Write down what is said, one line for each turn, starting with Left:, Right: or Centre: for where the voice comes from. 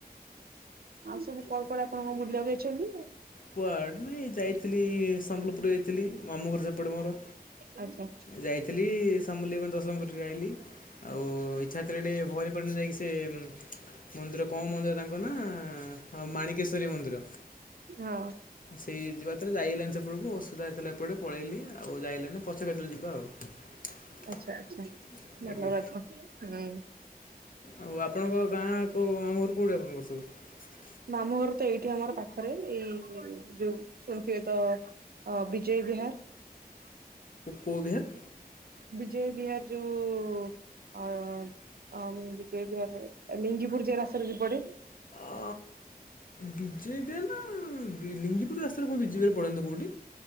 Right: ଆଉ ସବୁ କୁଆଡେ କୁଆଡେ ଆପଣଙ୍କ ବୁଲିଆକୁ ଯାଇଛନ୍ତି?
Left: କୁଆଡେ ନାଇଁ ଯାଇଥିଲି ସମ୍ବଲପୁର ଯାଇଥିଲି ମାମୁଘର ସେପଟେ ମୋର।
Right: ଆଚ୍ଛା।
Left: ଯାଇଥିଲି ସାମଲେଇଙ୍କୁ ଦର୍ଶନ କରିଥିଲି। ଆଉ ଇ ଛାତ୍ର ଭବାନୀପାଟଣରେ ଯାଇକି ସେ ମନ୍ଦିର କଣ ମନ୍ଦିର ତାଙ୍କ ନା ମାଣିକେଶ୍ୱରୀ ମନ୍ଦିର।
Right: ହଁ।
Left: ସେଇ ଯିବା ତରେ ଯାଇଗଲଣିି ସେପଟକୁ ଅସୁିଧା ହେଇଥିଲା ଏପଟେ ପଳେଇଲି ଆଉ। ଆଉ ଯାଇଲେ ନାି ପଛେ କେତେବେଳେ ଯିବା ଆଉ।
Right: ଆଚ୍ଛା ଆଚ୍ଛା
Left: ଆଜ୍ଞା
Right: ଭଲ କଥା ହୁଁ।
Left: ଆଉ ଆପଣଙ୍କ ଗାଁ କୋ ମାମୁଁ ଘର କୋଉଠି ଆପଣଙ୍କର ସବୁ?
Right: ମାମୁଁ ଘର ତ ଏଇଠି ଆମର ପାଖରେ ଏଇ ଯୋଉ ଶୁଣିୁଥିବେ ତ ଅ ବିଜୟ ବିହାର।
Left: କୋଉ ବିହାର?
Right: ବିଜୟ ବିହାର ଯୋଉ ଆ ବିଜୟ ବିହାର ଲିଙ୍ଗପୁର ଯେ ରାସ୍ତାରେ ବି ପଡେ।
Left: ଅ ବିଜୟ ବିହାର ନା ଲିଙ୍ଗିପୁର ରାସ୍ତାରେ କୋଉ ବିଜେବୋରେ ପଡେନିତ କୋଉଠି।